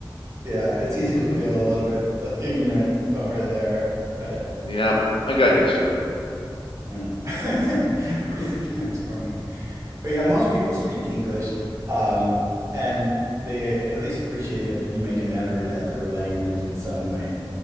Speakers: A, on the right; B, on the left.
A: Yeah. It's easy
B: <laughs>
A: to feel a little bit like, ignorant over there, but
B: Yeah, I got used to
A: you know, <laughs>
B: it. <clears throat>
A: it's funny. But yeah, most people speak English, um, and they uh, at least appreciate if you make an effort at their language in some way,